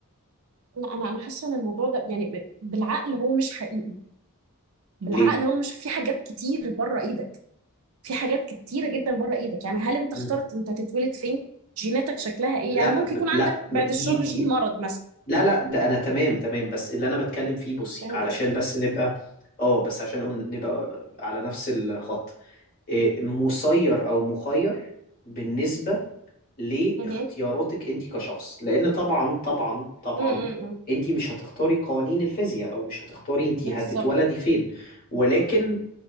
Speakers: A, on the right (about 65°); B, on the left (about 40°).
A: لا أنا أنا حاسة إن الموضوع ده يعني ب- بالعقل هو مش حقيقي بالعقل
B: ليه
A: هو مش في حاجات كتير بره إيدك في حاجات كتيرة جدا بره ايدك يعني هل انت
B: مم.
A: اخترت انت تتولد فين جيناتك شكلها ايه
B: لا
A: يعني ممكن
B: ب...
A: يكون
B: لا
A: عندك
B: ب-
A: بعد الشر
B: دي دي
A: جين مرض مثلا
B: لا لا ده انا تمام تمام بس اللي انا بتكلم فيه بصي
A: فاهم
B: علشان
A: قصدي
B: بس نبقى اه بس عشان نقول- نبقى على نفس الخط آه، مسير او مخير بالنسبه لاختياراتك
A: مهم.
B: انت كشخص لان طبعا طبعا طبعا
A: مم، مم، مم.
B: انت مش هتختاري قوانين الفيزياء او مش هتختاري انت
A: بالظبط
B: هتتولدي فين ولكن